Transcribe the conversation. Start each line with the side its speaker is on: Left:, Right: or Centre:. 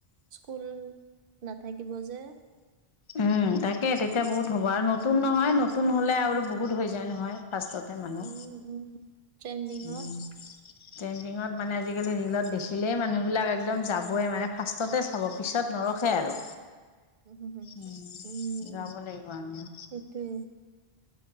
Right: স্কুল নাথাকিব যে।
Left: উম, তাকে তেতিয়া বহুত হ'ব আৰু নতুন নহয় নতুন হলে আৰু বহুত হৈ যায় নহয়। ফাৰ্ষ্টতে মানুহ
Right: উম-উম ট্ৰেণ্ডিংত।
Left: উম, ট্ৰেণ্ডিঙত মানে আজিকালি ৰীলত দেখিলেই মানুহবিলাক একদম যাবই মানে ফাৰ্ষ্টতে চাব পিছত নৰখে আৰু।
Right: উম, হম,
Left: উম,
Right: অ' উম,
Left: যাব লাগিব আমিও
Right: সেইটোৱে।